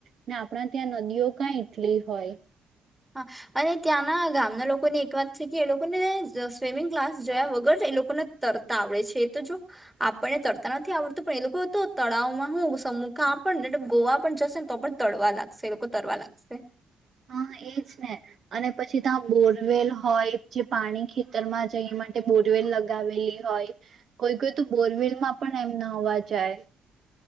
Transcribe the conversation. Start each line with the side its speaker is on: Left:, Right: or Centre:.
Right: ને આપણા ત્યાં નદીઓ કંઈ એટલી હોય.
Centre: હા અને ત્યાંના ગામના લોકોની એક વાત છે કે એ લોકોને જે સ્વિમિંગ ક્લાસ જોયા વગર જ એ લોકોને તરતા આવડે છે એ તો જો આપણને તરતા નથી આવડતું પણ એ લોકો તો તળાવમાં હું સમુખા પણ નેતો ગોવા પણ જશે ને તો પણ તળવા લાગશે એ લોકો તરવા લાગશે
Right: હા એજ ને અને પછી ત્યાં બોરવેલ હોય જે પાણી ખેતરમાં જઈ માટે બોરવેલ લગાવેલી હોય કોઈ કોઈ તો બોરવેલમાં પણ એમ નાવા જાય.